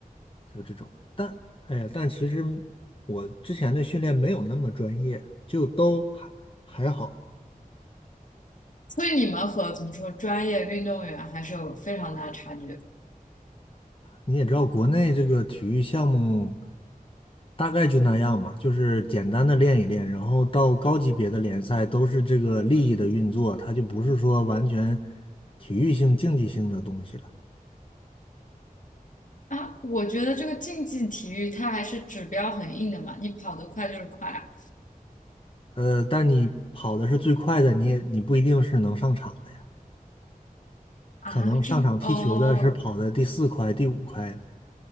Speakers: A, on the left (about 35°); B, on the left (about 60°).
A: 就这种。但哎呀，但其实我之前的训练没有那么专业，就都还还好。
B: 所以你们和怎么说专业运动员还是有非常大的差距
A: 你也知道，国内这个体育项目大概就那样嘛，就是简单的练一练，然后到高级别的联赛都是这个利益的运作，它就不是说完全体育性、竞技性的东西了。
B: 啊！我觉得这个竞技体育它还是指标很硬的嘛，你跑得快就是快啊！
A: 呃，但你跑的是最快的，你也你不一定是能上场的呀，
B: 啊，
A: 可能上场踢球的是跑的第四快、
B: 这么哦
A: 第五快的，